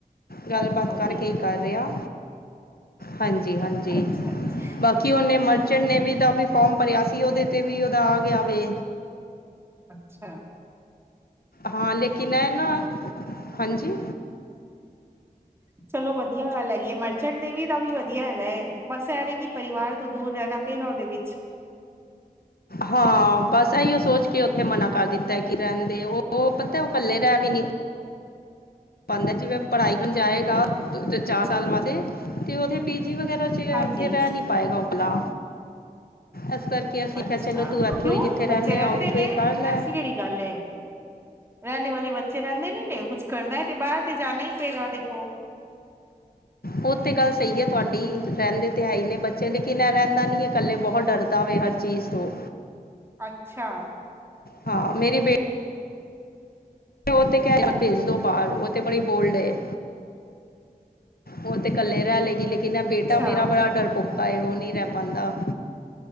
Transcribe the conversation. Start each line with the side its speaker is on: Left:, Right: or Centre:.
Left: ਗੱਲਬਾਤ
Right: ਅੱਛਾ
Left: ਕਰਕੇ
Right: ਜੀ
Left: ਹੀ ਕਰ ਰਿਹਾ। ਹਾਂਜੀ-ਹਾਂਜੀ,
Right: ਅੱਛਾ ਅੱਛਾ
Left: ਬਾ ਕੀ ਉਹਨੇ ਮਰਚੈਂਟ ਨੇਵੀ ਦਾ ਵੀ ਫੌਮ ਭਰਿਆ ਸੀ, ਉਹਦੇ ਤੇ ਵੀ ਉਹਦਾ ਆ ਗਿਆਵੇ।
Right: ਅੱਛਾ!
Left: ਹਾਂ ਲੇਕਿਨ ਐ ਨਾ---ਹਾਂਜੀ!
Right: ਚਲੋ ਵਧੀਆ ਗੱਲ ਹੈਗੀ ਹੈ, ਮਰਚੈਂਟ ਨੇਵੀ ਦਾ ਵੀ ਵਧੀਆ ਹੈਗਾ ਏ, ਬਸ ਐ, ਵੇ ਕਿ ਪਰਿਵਾਰ ਤੋਂ ਦੂਰ ਰਹਿਣਾ ਪਏਗਾ, ਉਹਦੇ ਵਿੱਚ
Left: ਹਾਂ ਬਸ, ਇਹੀਓ ਸੋਚ ਕੇ ਉੱਥੇ ਮਨਾ ਕਰ ਦਿੱਤਾ ਐ, ਕਿ ਰਹਿਣ ਦੇ, ਉਹ ਪਤਾ ਉਹ ਇਕੱਲੇ ਰਹਿ ਵੀ ਨੀ ਬੰਦਾ, ਜਿਵੇਂ ਪੜ੍ਹਾਈ ਕਰਨ ਜਾਏਗਾ, ਚਾਰ ਸਾਲ ਵਾਸਤੇ ਤੇ ਉਥੇ ਪੀ ਜੀ ਵਗੈਰਾ 'ਚ ਏ
Right: ਹਾਂਜੀ
Left: ਉੱਥੇ ਰਹਿ ਨਹੀਂ ਪਾਏਗਾ, ਓ ਕੱਲਾ ਇਸ ਕਰਕੇ ਅਸੀਂ
Right: ਅੱਛਾ,
Left: ਕਿਹਾ ਚਲੋ ਤੂੰ ਇੱਥੋਂ
Right: ਕਿਉਂ
Left: ਹੀ ਜਿੱਥੇ
Right: ਬੱਚੇ ਰਹਿੰਦੇ
Left: ਆ ਉੱਥੋਂ
Right: ਨੇ,
Left: ਹੀ ਕਰ ਲੈ
Right: ਐਸੀ ਕਿਹੜੀ ਗੱਲ ਏ ਰਹਿਣੇ ਵਾਲੇ ਬੱਚੇ ਰਹਿੰਦੇ ਨੀ ਨੇ, ਕੁੱਛ ਕਰਨਾ ਏ, ਤੇ ਬਾਹਰ ਤੇ ਜਾਣਾ ਹੀ ਪਏਗਾ ਦੇਖੋ।
Left: ਉਹ ਤੇ ਗੱਲ ਸਹੀ ਹੈ ਤੁਹਾਡੀ, ਰਹਿੰਦੇ ਤੇ ਹੈ ਹੀ ਨੇ ਬੱਚੇ, ਲੇਕਿਨ ਇਹ ਰਹਿੰਦਾ ਨੀ, ਇਕੱਲੇ ਬਹੁਤ ਡਰ ਤਾਵੇ, ਹਰ ਚੀਜ਼ ਤੋਂ
Right: ਅੱਛਾ।
Left: ਹਾਂ ਮੇਰੀ ਬੇਟੀ ਉਹ ਤੇ ਕਹਿ ਭੇਜ ਦੋ ਬਾਹਰ, ਉਹ ਤੇ ਬੜੀ ਬੋਲਡ ਏ।
Right: <unintelligible>
Left: ਉਹ ਤੇ ਇਕੱਲੇ ਰਹਿ ਲਏਗੀ, ਲੇਕਿਨ ਏ ਬੇਟਾ
Right: ਅੱਛਾ
Left: ਮੇਰਾ ਬੜਾ ਡਰਪੋਕਾ ਏ ਉਹ ਨਹੀਂ ਰਹਿ ਪਾਉਂਦਾ